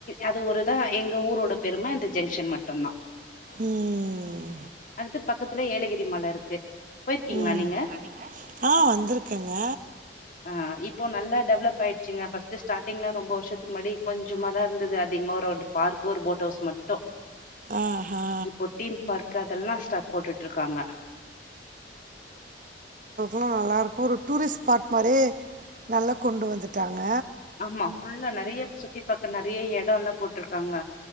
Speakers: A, on the left; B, on the right.
A: அது ஒருதான் எங்க ஊரோட பெருமை இந்த ஜங்ஷன் மட்டுதான்
B: உம்
A: அடுத்து பக்கத்துல ஏலகிரி மல இருக்கு போயிருக்கீங்களா
B: உம்
A: நீங்க
B: ஆஹ் வந்திருக்கேங்க
A: ஆஹ இப்போ நல்லா டெவலப் ஆயிடுச்சுங்க ஃபஸ்ட் ஸ்டார்டிங்ல ரொம்ப வருஷத்துக்கு முன்னாடி கொஞ்சமா தான் இருந்துது அதிகமா அதிகமாக ஒரு <unintelligible> பார்க்க ஒரு போட் ஹவுஸ் மட்டும்
B: ஆஹா
A: இப்போ டீம் பார்க் அதெல்லாம் ஸ்டப் போட்டுட்டு இருக்காங்க
B: ல்லாம் நல்லாருக்கும் ஒரு டூரிஸ்ட் ஸ்பாட் மாறியே நல்லா கொண்டு வந்துட்டாங்க
A: ஆமா புல்லா நிறைய சுத்தி பா ப்ப நெறைய எடோ எல்லா போட்ருக்காங்க